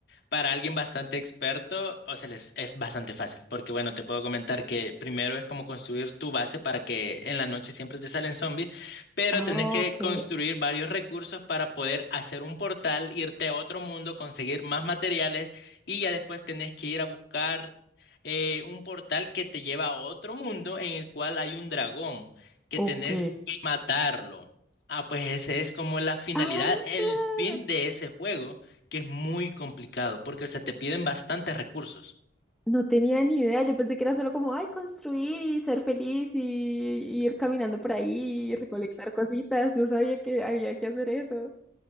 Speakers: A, on the left; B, in the centre.
A: para alguien bastante experto, o sea, les es bastante fácil, porque bueno, te puedo comentar que primero es como construir tu base para que en la noche siempre te salen zombies, pero
B: Ah,
A: tenés que
B: ok.
A: construir varios recursos para poder hacer un portal, irte a otro mundo, conseguir más materiales y ya después tenés que ir a buscar eh, un portal que te lleva a otro mundo en el cual hay un dragón que
B: Ok.
A: tenés que matarlo. Ah, pues ese es como la finalidad,
B: Ah,
A: el fin de ese juego que es muy complicado porque, o sea, te piden bastantes recursos.
B: no tenía ni idea, yo pensé que era solo como, ay, construir y ser feliz y, y ir caminando por ahí y recolectar cositas, no sabía que había que hacer eso.